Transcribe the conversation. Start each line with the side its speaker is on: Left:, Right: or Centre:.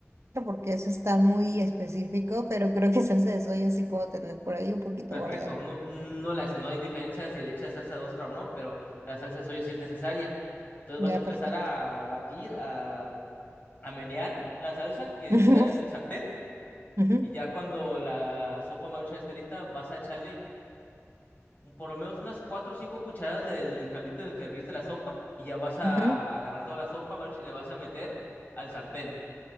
Right: porque eso está muy específico, pero creo que salsa de soya sí puedo tener por ahí un poquito
Left: Perfecto,
Right: guardado.
Left: no, no, las, no hay diferencia si le echas salsa de ostra o no, pero la salsa de soya sí es necesaria. Entonces
Right: Ya,
Left: vas a empezar
Right: perfecto.
Left: a batir, a, a menear la salsa que
Right: <laughs>
Left: queda en el sartén
Right: Ujú,
Left: y ya cuando la sopa Maruchan esté lista vas a echarle por lo menos unas cuatro o cinco cucharadas del caldito en el que herviste la sopa y ya vas a
Right: ujú, ujú,
Left: agarrar toda la sopa Maruchan y la vas a meter al sartén.